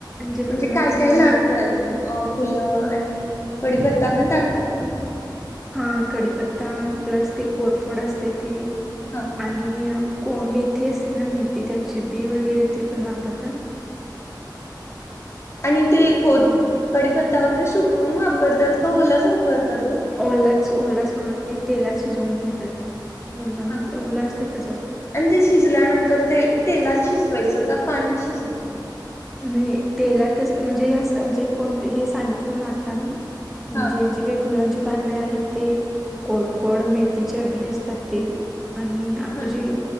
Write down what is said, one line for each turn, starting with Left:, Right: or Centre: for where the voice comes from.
Centre: जे फुलं
Left: म्हणजे काय काय
Centre: जे
Left: लागतात?
Centre: लाल
Left: अ फुलं आणि कपडीपत्ता पण टाकतात ना.
Centre: हा कढीपत्ता प्लस ते कोरफोड असते ते
Left: हा
Centre: आणि को मेथी असते ना मेथी त्याची बी वगैरे ते पण वापरतात.
Left: आणि ते कोथ कडीपत्ता वगैरे सुकवून वापरतात. का ओलाच वापरता ओ.
Centre: ओलाच ओलाच हा ते तेलात शिजवून घेतात ओलामध्ये
Left: हा का
Centre: ओला असते तस
Left: आणि ते शिजल्यानंतर ते तेलात शिजवायचं का पाण्यात शिज
Centre: नाय तेलातच म्हणजे अस म्हणजे कोण ते हे सांगितलो ना आता मी. म्हणजे
Left: हा
Centre: जे काही फुलांचे पान कळ्या आहेत ते कोरफड मेथीच्या बी असतात ते. आणि आपलं
Left: आणि
Centre: जे